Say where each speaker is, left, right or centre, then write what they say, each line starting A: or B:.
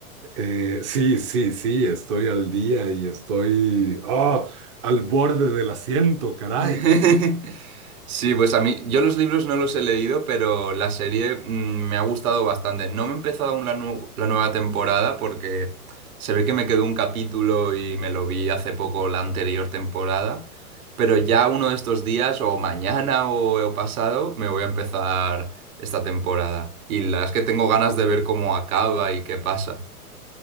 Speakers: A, on the right; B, on the right.
A: Eh, sí, sí, sí, estoy al día y estoy ah, al borde del asiento, caray.
B: <laughs> Sí, pues a mí, yo los libros no los he leído, pero la serie mm, me ha gustado bastante. No me he empezado aún la, nu- la nueva temporada porque se ve que me quedó un capítulo y me lo vi hace poco la anterior temporada, pero ya uno de estos días o mañana o, o pasado me voy a empezar esta temporada. Y las que tengo ganas de ver cómo acaba y qué pasa.